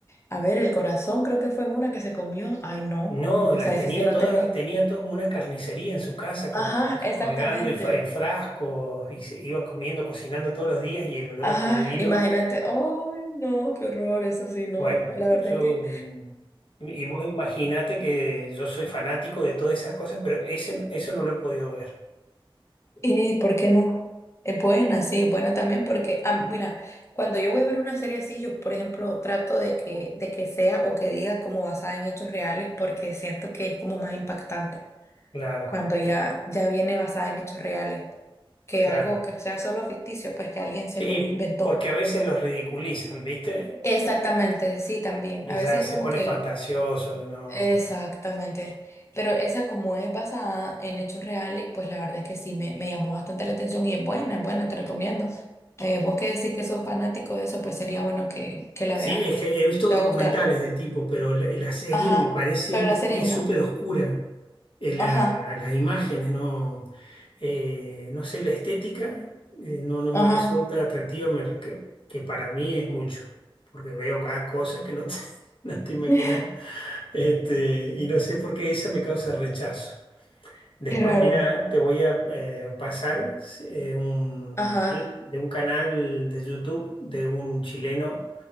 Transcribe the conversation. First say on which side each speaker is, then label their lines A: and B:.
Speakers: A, on the left; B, on the left.
A: a ver, el corazón creo que fue en una que se comió. Ay, no.
B: No,
A: O
B: las
A: sea,
B: tenía
A: ese sí no
B: todas,
A: tenía.
B: tenía todo como una carnicería en su casa con
A: Ajá,
B: cosas
A: exactamente.
B: colgando y fa- en frascos y se iba comiendo, cocinando todos los días y el olor
A: Ajá,
B: a podrido.
A: imagínate. Ay, no, qué horror, eso sí, no.
B: Bueno,
A: La verdad
B: yo
A: es que...
B: mm, y vos imaginate que yo soy fanático de todas esas cosas, pero ese, eso no lo he podido ver.
A: ¿Y por qué no? Es buena, sí,
B: Sí.
A: es buena también porque, ah, mira, cuando yo voy a ver una serie así, yo, por ejemplo, trato de que, de que sea o que diga como basada en hechos reales porque siento que es como más impactante
B: Claro,
A: cuando ya, ya viene basada en hechos reales que
B: claro.
A: algo que sea solo ficticio, pues que alguien
B: Sí,
A: se lo inventó.
B: porque a veces los ridiculizan, ¿viste?
A: Exactamente, sí, también.
B: Y
A: A veces
B: ya se
A: como
B: pone
A: que
B: fantasioso, no.
A: Exactamente. Pero esa como es basada en hechos reales, pues la verdad es que sí me, me llamó bastante la atención y es buena, es buena, te recomiendo. Eh, vos que decís que sos fanático de eso, pues sería bueno que, que la
B: Sí,
A: veas.
B: es que he visto documentales
A: Te va a gustar.
B: del tipo, pero la, la serie
A: Ajá.
B: me parece,
A: Pero
B: viste,
A: la serie
B: que es
A: no.
B: súper oscura. Eh, la-
A: Ajá.
B: las imágenes, no, eh, no sé, la estética, eh, no, no
A: Ajá.
B: me resulta atractiva, me re- que, que para mí es mucho, porque veo cada cosa que no te, <laughs> no te imaginas,
A: <laughs>
B: este, y no sé por qué esa me causa rechazo. Después,
A: Qué raro.
B: mira, te voy a eh, pasar eh, un
A: Ajá.
B: link de un canal de YouTube de un chileno